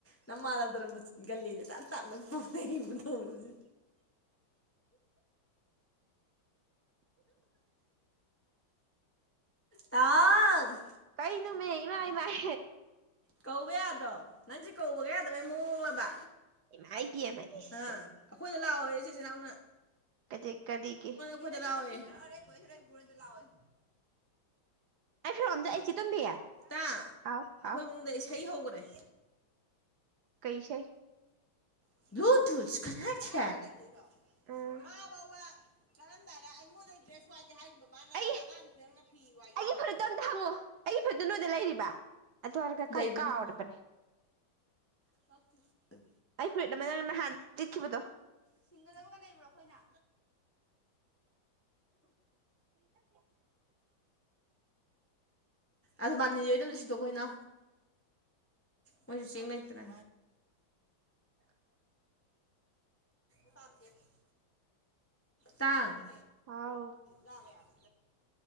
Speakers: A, on the left; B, on the right.
A: ꯃꯃꯥ ꯂꯧꯗꯔꯝꯕ ꯒꯜꯂꯤꯁꯦ ꯇꯞ ꯇꯞꯅ ꯄꯥꯅꯈꯤꯕ ꯃꯊꯧꯔꯤꯁꯦ
B: <inaudible>
A: ꯇꯥꯡ
B: ꯀꯩꯅꯣꯃꯤ ꯏꯃꯥꯏꯃꯥꯏ
A: ꯀꯧꯕ ꯌꯥꯗ꯭ꯔꯣ ꯅꯪꯁꯦ ꯀꯧꯕꯒ ꯌꯥꯗꯕꯩ ꯃꯣꯡꯂꯕ
B: ꯏꯃꯥꯏ ꯄꯦꯝꯃ ꯏꯁ
A: ꯑꯩꯈꯣꯏꯗ ꯂꯥꯛꯑꯣꯌꯦ ꯆꯦ ꯆꯦꯅꯥꯎꯅ
B: ꯀꯗꯤ ꯀꯔꯤꯒꯤ
A: ꯃ ꯆ ꯂꯑꯣꯋꯦ ꯑꯔꯦ ꯄꯨ ꯆꯂꯑꯣꯣꯏ
B: ꯑꯩ ꯐꯔꯣꯝꯖꯁꯤ ꯇꯣꯝꯕꯤ
A: ꯇꯥ
B: ꯍꯥꯎ
A: ꯑꯩꯈꯣꯏ
B: ꯍꯥꯎ
A: ꯏꯁꯩ ꯍꯧꯈ꯭ꯔꯦ
B: ꯀꯩ ꯏꯁꯩ
A: ꯭
B: ꯑꯥ
A: <unintelligible> <unintelligible>
B: ꯑꯩꯒꯤ ꯑꯩꯒꯤ ꯐꯨꯔꯤꯠꯇꯣ ꯑꯝꯇ ꯍꯪꯉꯣ ꯑꯩ ꯐꯨꯔꯤꯠꯗꯨ ꯅꯣꯏꯗ ꯂꯩꯔꯤꯕ ꯑꯗꯨ ꯑꯣꯏꯔꯒ ꯀꯩ
A: ꯂꯩꯕꯅꯦ
B: ꯀꯥꯎꯔꯤꯕꯅꯦ
A: <unintelligible>
B: ꯑꯩ ꯐꯨꯔꯤꯠ ꯑꯃꯥ ꯅꯪ ꯅꯍꯥꯟ ꯂꯤꯠꯈꯤꯕꯗꯣ
A: ꯁꯤꯡꯒꯗꯕꯒ ꯂꯩꯕ꯭ꯔꯣ ꯑꯩꯈꯣꯏꯅ
B: <inaudible>
A: ꯑꯗꯨ ꯃꯥꯅꯤꯔꯣꯏꯗꯕꯗ ꯁꯤꯗꯣ ꯑꯩꯈꯣꯏꯅꯣ ꯃꯣꯏꯁꯨ ꯆꯦꯡ ꯂꯩꯇ꯭ꯔꯦ
B: <inaudible>
A: <unintelligible> ꯇꯥꯡ
B: ꯑꯥꯎ
A: ꯂꯔꯦ ꯌꯥꯝ